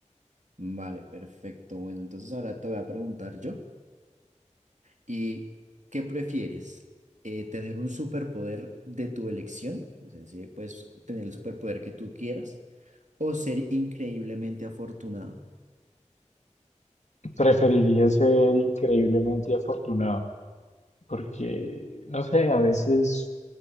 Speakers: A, on the right; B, on the left.
A: vale, perfecto. Bueno, entonces ahora te voy a preguntar yo. ¿Y qué prefieres? Eh, ¿tener un superpoder de tu elección? O sea, si puedes tener el superpoder que tú quieras o ser increíblemente afortunado.
B: Preferiría ser increíblemente afortunado porque, no sé, a veces